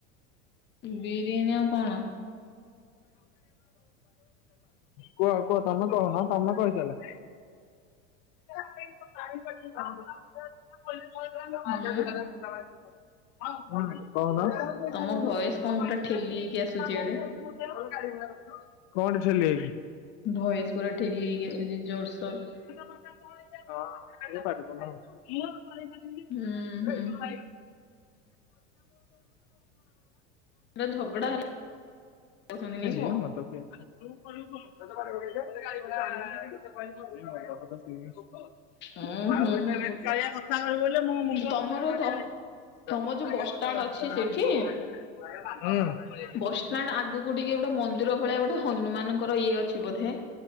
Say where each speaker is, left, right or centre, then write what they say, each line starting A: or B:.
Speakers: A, on the left (about 35°); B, on the left (about 60°).
A: ବିରିୟାନୀ ଆଉ କଣ
B: କୁହ। କୁହ ତମେ କହୁନ ତମେ କହିଚାଲ। <unintelligible> ହଁ
A: ହୁଁ
B: କହୁନ। କଣଟେ
A: ତମ ଭଏସ କଣ ପୁରା
B: ଛେଲି
A: ଠେଲି ହେଇକି ଆସୁଛି ଏଡେ
B: ଯାଇଛି।
A: ଭୟସ ପୁରା ଢେଲିହେଇକି ଆସୁଛି ଜୋରସୋର।
B: ହଁ <unintelligible>
A: ହୁଁ ହୁଁ।
B: <unintelligible>
A: ଗୋଟେ ଝଗଡା ହେଲେ ଯାଉଛନ୍ତି ନାଇଁ
B: ଯି
A: କଣ?
B: ମତ ପିଏ। <unintelligible> <unintelligible>
A: ଉଁ ହୁଁ ତମର ତ
B: <unintelligible>
A: ତମ ଯୋଉ ବସଷ୍ଟାଣ୍ଡ ଅଛି ସେଇଠି ବସଷ୍ଟାଣ୍ଡ ଆଗକୁ ଟିକେ ଗୋଟେ ମନ୍ଦିର ଭଳିଆ ଗୋଟେ ହନୁମାନଙ୍କର ଇଏ ଅଛି ବୋଧେ